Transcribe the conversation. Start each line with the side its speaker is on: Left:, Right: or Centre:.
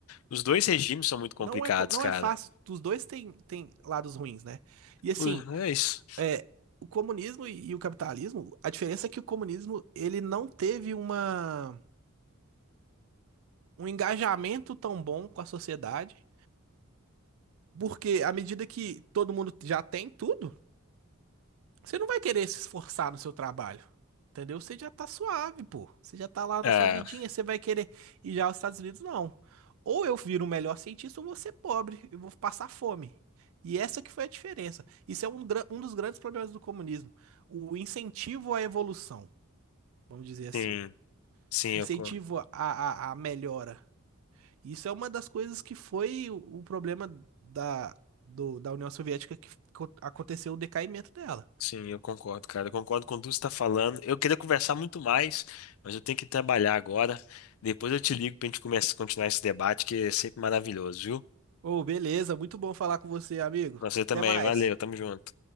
Left: Os dois regimes são muito complicados,
Right: Não é, co- não
Left: cara.
Right: é fácil. Os dois têm, têm lados ruins, né? E assim,
Left: Uh, É isso.
Right: é, o comunismo e, e o capitalismo, a diferença é que o comunismo ele não teve uma, um engajamento tão bom com a sociedade, porque à medida que todo mundo já tem tudo, Você não vai querer se esforçar no seu trabalho. Entendeu? Você já tá suave, pô. Você já tá lá
Left: É,
Right: na sua vidinha, você vai querer ir já aos Estados Unidos, não. Ou eu viro o melhor cientista ou vou ser pobre e vou passar fome. E essa que foi a diferença. Isso é um, gran- um dos grandes problemas do comunismo. O incentivo à evolução, vamos dizer assim.
Left: sim, sim,
Right: O
Left: eu,
Right: incentivo
Left: con-
Right: à, à, à melhora. Isso é uma das coisas que foi o, o problema da, do- da União Soviética que co- aconteceu o decaimento dela.
Left: sim, eu concordo, cara. Eu concordo com tudo que você está falando. Eu queria conversar muito mais, mas eu tenho que trabalhar agora. Depois eu te ligo pra gente começar, continuar esse debate, que é sempre maravilhoso, viu?
Right: Ô, beleza, muito bom falar com você, amigo.
Left: Você também,
Right: Até mais.
Left: valeu, tamo junto.